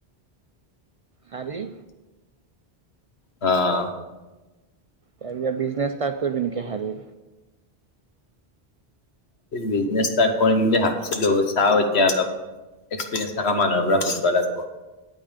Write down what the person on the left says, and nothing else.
অ'।
বিজনেছ ষ্টাৰ্ট কৰিম বুলি ভাবিছিলোঁ চাওঁ, এতিয়া অলপ এক্সপিৰিয়েঞ্চ থকা মানুহৰ পৰা সুধবা লাগব।